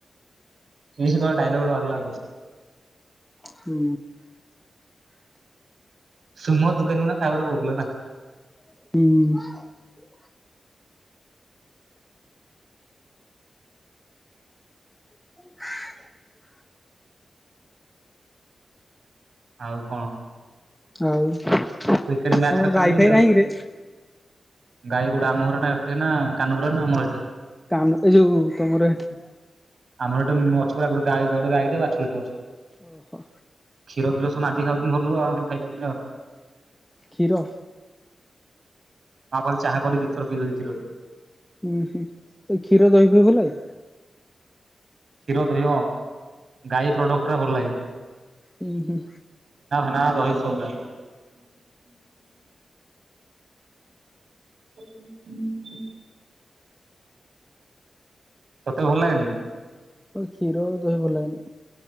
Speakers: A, on the right; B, in the centre.
A: ସେ ସେ ଟୋକା ଡାଇଲୋଗ ମାରିଲା
B: ହୁଁ।
A: ସୁମ ଦୋକାନ ନା ତାୱଟା ବଉଥିଲା ନା।
B: ହୁଁ। କ
A: ଆଉ କଣ?
B: ହଉ ତମର
A: କ୍ରିକେଟ ମ୍ୟାଚ ଫ୍ୟାଚ ଚାଲୁନି
B: ଗାଈ ଫାଇ
A: ଆଉ।
B: ନାହିଁ କିରେ।
A: ଗାଈ ଗୋଡା ଆମ ଘର ନା ଏତେ ନା କାନୁ ବୁଢାର ନା ଆମର ଏତେ
B: କାନ ଏ ଯୋଉ ତମର ଏଠି।
A: ମୋର ଅଛି ପୁରା ଗଟ ଗୋଟ ଗଈଟେ ବାଛୁରିଟେ ଅଛି।
B: ଓ ହୋ।
A: କ୍ଷୀର ଫୀର ସବୁ ନାଦିକି ଖାଉଛନ୍ତି ଘର ଲୋକ ଆମେ ଖାଇ ପାରୁନି ଆଉ।
B: କ୍ଷୀର।
A: ମାଫଲ ଚାହା କରି ଦିଥର ପିଦେଲି କ୍ଷୀରରେ।
B: ହୁଁ-ହୁଁ କ୍ଷୀର ଦହିିଫହି ଭଲ ଲାଗେ।
A: କ୍ଷୀର ଦହି ଗାଈ ପ୍ରଡକ୍ଟ ଭଲ ଲାଗେ।
B: ହୁଁ-ହୁଁ।
A: ନା ରହି ସବୁ ହୁଁ। ତତେ ଭଲ ଲାଗେନି।
B: ଆ କ୍ଷୀର ଦହି ଭଲ ଲାଗନି।